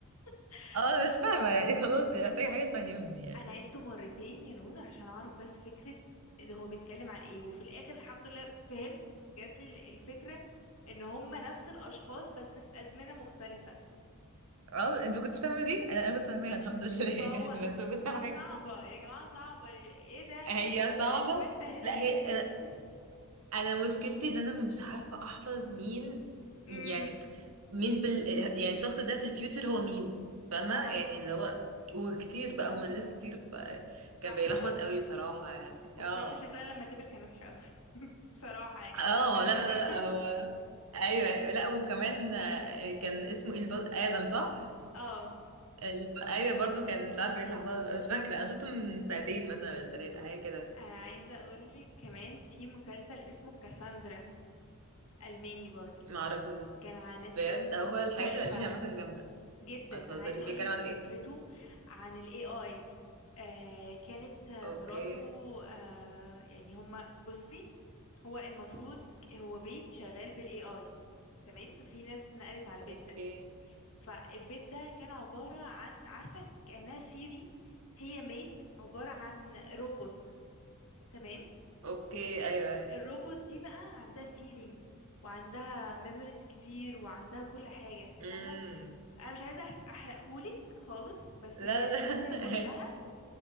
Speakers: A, on the left; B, on the right.
A: <laughs>
B: اه انا مش فاهمه يعني خلاص يعني محتاجه حاجه تفهمني يعني
A: انا عيدته مرتين يا نور عشان اعرف بس فكرة ان هو بيتكلم عن ايه وفي الاخر الحمد لله فهمت جات لي ال- الفكرة ان هما نفس الاشخاص بس في ازمنة مختلفة
B: اه انت ما كنتش فاهمه دي انا انا كنت فاهماها الحمد لله
A: ما
B: <laughs>
A: هو
B: يعني بس ما كنتش
A: ما
B: فاهمه
A: هي
B: حاجه
A: صعبة يا جماعة صعبة ايه ده
B: هي
A: انت بت...
B: صعبه
A: انت انت هنا
B: لا
A: فين
B: هي
A: <laughs>
B: انا مشكلتي ان انا مش عارفه احفظ مين
A: امم
B: يعني مين في ال... يعني الشخص ده في الفيوتشر هو مين فاهمه
A: اه
B: يعني اللي هو وكتير بقى هما الناس كتير فكان
A: صح
B: بيلخبط
A: صح
B: قوي بصراحه يعني
A: وبصراحة
B: اه
A: شكلها لما كبر كان وحش قوي <laughs> بصراحة يعني
B: اه
A: البنوتة
B: لا لا
A: <laughs>
B: لا هو ايوه لا وكمان آه، كان اسمه ايه الب... ادم صح
A: اه
B: الب... ايوه برضو كان مش عارفه ايه اللي حصل بقى، مش فاكره انا شفته من ساعتين مثلا ولا ثلاثه حاجه كده
A: انا عايزه اقولك كمان في مسلسل اسمه كاساندرا الماني برضو
B: ما اعرفوش ده
A: كان على نتفليكس
B: بجد هو الحاجات
A: تحفه
B: الالمانيه عامه جامده
A: جدا
B: ما
A: انا
B: تهزريش
A: عايزه اقولك
B: بيتكلم عن ايه
A: فكرته عن الاي اي آه كانت آه،
B: اوكي
A: مراته آه يعني هما بصي هو المفروض هو بيت شغال بالاي اي تمام ففي ناس نقلت على البيت
B: اوكي
A: ده فالبيت ده كان عباره عن عارفه كانها سيري هي ميد عباره عن روبوت تمام
B: اوكي ايوه ايوه
A: الروبوت دي بقى عندها feelings وعندها memories كتير وعندها كل حاجة
B: امم
A: فاهمة انا مش عايزة أح- احرقهولك خالص بس
B: لا
A: هي الفكرة
B: لا
A: كلها